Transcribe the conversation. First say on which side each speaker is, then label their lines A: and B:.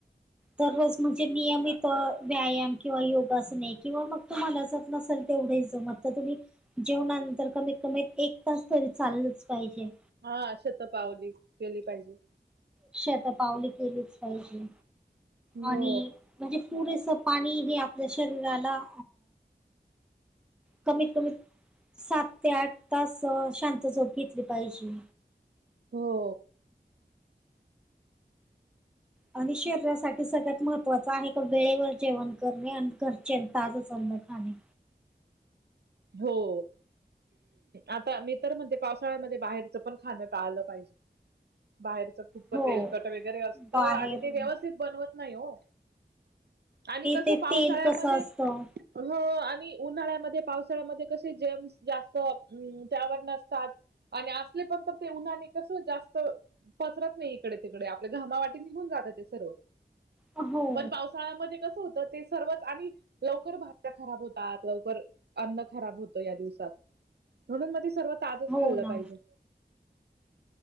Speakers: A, in the centre; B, on the right (about 75°).
A: दररोज म्हणजे नियमित व्यायाम किंवा योगासने किंवा मग तुम्हाला जात नसेल तेवढं जमत. तर तुम्ही जेवणानंतर कमीत कमी एक तास तरी चाललच पाहिजे.
B: हा शत पावली केली पाहिजे.
A: शत पावली केलीच पाहिजे
B: हो
A: आणि म्हणजे पुरेसं पाणी हे आपल्या शरीराला. कमीत कमी सात ते आठ तास शांत झोप घेतली पाहिजे.
B: हो.
A: आणि शरीरासाठी सगळ्यात महत्त्वाचं आहे का वेळेवर जेवण करणे आणि घरचे ताजंच अन्न खाणे.
B: हो. आता मी तर म्हणजे पावसाळ्यामध्ये बाहेरच पण खाणं टाळलं पाहिजे. बाहेरच खूप
A: हो
B: तेलकट वगैरे असतं
A: बाहेरून
B: आणि ते व्यवस्थित बनवत नाही हो आणि कस
A: ते
B: पावसाळ्यामध्ये
A: तेल कसं असतं
B: हो आणि उन्हाळ्यामध्ये पावसाळ्यामध्ये कसे जम्स जास्त त्यावर नसतात. आणि असले पण तर ते उन्हाने कसं जास्त पसरत नाही इकडे तिकडे आपल्या घामावाटी निघून जात ते सर्व
A: हो,
B: पण पावसाळ्यामध्ये कसं होत ते सर्वच आणि लवकर भाज्या खराब होतात लवकर. अन्न खराब होतं या दिवसात म्हणून मग ते सर्व ताजच
A: हो
B: खाल्लं
A: ना.
B: पाहिजे.